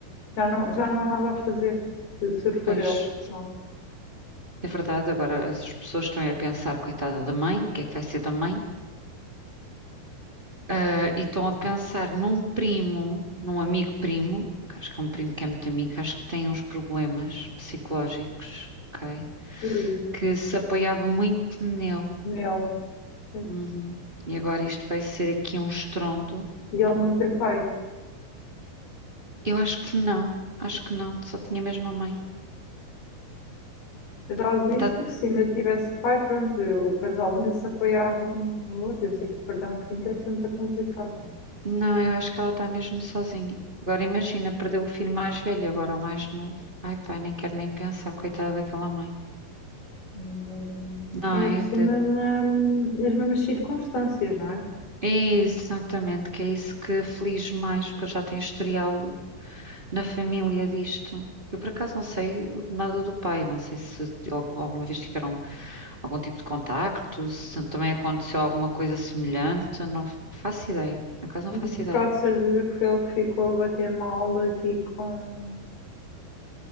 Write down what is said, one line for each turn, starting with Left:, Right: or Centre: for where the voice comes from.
Left: Já não, já não há nada a fazer, se, se for
Right: Mas
Left: ele. Pronto,
Right: é verdade, agora as pessoas estão aí a pensar, coitada da mãe, o que é que vai ser da mãe? Ah, e estão a pensar num primo, num amigo primo, que acho que é um primo que é muito amigo, acho que tem uns problemas psicológicos, ok?
Left: Ui,
Right: Que se apoiava muito nele.
Left: nele. Pois.
Right: Uhum. E agora isto vai ser aqui um estrondo.
Left: E ele não tem pai.
Right: Eu acho que não, acho que não, só tinha mesmo a mãe.
Left: Eu já lhe disse
Right: Tá-
Left: porque se ainda tivesse pai, pronto, eu- o casal ainda se apoiava um no outro. Eu sei que perder um filho é sempre complicado.
Right: Não, eu acho que ela está mesmo sozinha. Agora imagina, perdeu o filho mais velho, agora o mais novo. Ai, pai, nem quero nem pensar, coitada daquela mãe.
Left: Não é mesmo?
Right: Não
Left: Ainda
Right: é?
Left: por cima, na- nas mesmas circunstâncias, não é?
Right: Exatamente, que é isso que aflige mais, porque eu já tenho historial na família disto. Eu por acaso não sei nada do pai, não sei se al- alguma vez tiveram algum tipo de contacto, se também aconteceu alguma coisa semelhante, não faço ideia. Por acaso
Left: Mas
Right: não faço ideia.
Left: quase certeza que foi ele que ficou a bater mal aqui com.